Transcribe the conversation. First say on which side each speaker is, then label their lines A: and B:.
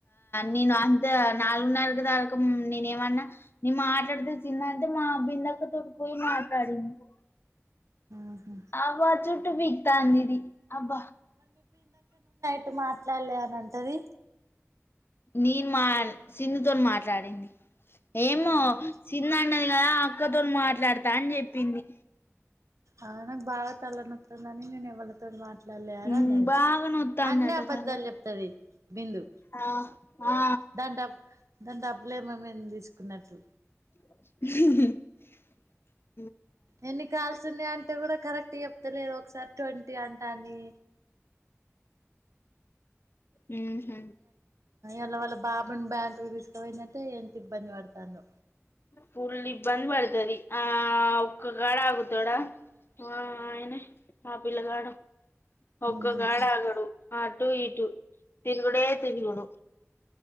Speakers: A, on the left; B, on the right.
A: నేను అంత నాలుగున్నరగు దాకా నేనే ఏమన్నా నిే మాట్లాడితే తి అంటే మా బిందకు తుడుపోయి మాట్లాడింది
B: ఆహా
A: ఆబ చుట్ పీకత అందిది అబ్బ
B: అట్టు మాట్లాడలే అనంటది
A: నీను మా సిన్నుతో మాట్లాడింది ఏమో
B: ఆహా
A: సిన్న అన్నది కదా అక్కతో మాట్లాడతా అని చెప్పింది
B: ఆ న్ బాత్ అలనుతు నని నేను ఎవల్ తో మాత ఇట్లా లేని
A: ఉమ్
B: అన్నది
A: బాగా నొత్తాందట
B: అన్నీ అబద్ధాలు
A: తల
B: చెప్తది బిందు
A: ఆ ఆ
B: దంటబ్ దంటబ్ బ్లేమమమి తీసుకున్నట్టు
A: <inaudible>
B: ఎన్ని కాల్సి ఉన్నా అంటే కూడా కరెక్ట్ చెప్తలేదు ఒకసారి ట్వంటీ అంటాని
A: హ హ
B: అలా వాళ్ళ బాబుని బ్యాం తీసుకుపోయినట్టే ఎంత ఇబ్బంది పడతాను
A: ఫుల్ ఇబంద బడతరి ఆ ఒకక్కగాడ ఆగుతోడా ఆ ఆయనే ఆ పిల్లగాడు
B: ఇక
A: ఒక్కగాడ ఆగాడు ఆటు ఈటు తిన్గుడే తిన్గుడు